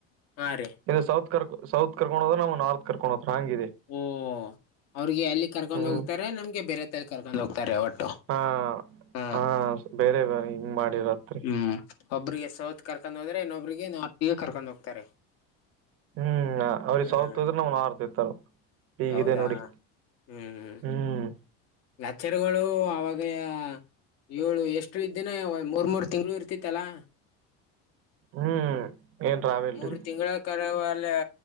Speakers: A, on the left; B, on the right.
A: ಹಾ ರೀ.
B: ಇದು ಸೌತ್ ಕರ್ಕ ಸೌತ್ ಕರ್ಕೊಂಡ ಹೋದ್ರಾ ನಮ್ಗ ನಾರ್ತ್ ಕರ್ಕೊಂಡೊತರ ಹಂಗ್ ಇದೆ.
A: ಓ ಅವ್ರಿಗೆ ಅಲ್ಲಿ ಕರ್ಕೊಂಡ್
B: ಹ್ಮ್
A: ಹೋಗ್ತಾರೆ ನಮ್ಗೆ ಬೇರೆ ತಲ್ಲಿ ಕರ್ಕೊಂಡ್ ಹೋಗ್ತಾರೆ ಒಟ್ಟು.
B: ಹಾ
A: ಹ
B: ಹಾ ಬೇರೆ ಬೇರೆ ಹಿಂಗ್ ಮಾಡಿರದ್.
A: ಹ್ಮ್ ಒಬ್ರಿಗೆ ಸೌತ್ ಕರ್ಕೊಂಡ ಹೋದ್ರೆ ಇನ್ನೊಬ್ರಿಗೆ ನಾರ್ತಿಗೆ ಕರ್ಕೊಂಡ್ ಹೋಗ್ತಾರೆ.
B: ಹ್ಮ್ ಅವ್ರಿಗ
A: ಹ್ಮ್
B: ಸೌತ್ ಹೋದ್ರ ನಮ್ಗ ನಾರ್ತ್ ಇತರ್. ಈಗಿದೆ
A: ಹೌದಾ
B: ನೋಡಿ
A: ಹ್ಮ್
B: ಹ್ಮ್.
A: ಲೆಕ್ಚರ್ಗಳು ಅವಾಗೆಯ. ಏಳು ಎಷ್ಟು ಇದ್ದಿನಿ ಮೂರ್ ಮೂರು ತಿಂಗ್ಳು ಇರ್ತಿತ್ತಲಾ.
B: ಹ್ಮ್. ಏನ್ ರಾವೆಲ್ರಿ
A: ಮೂರ ತಿಂಗಳ ಕರೆವಲ್ಯಾ.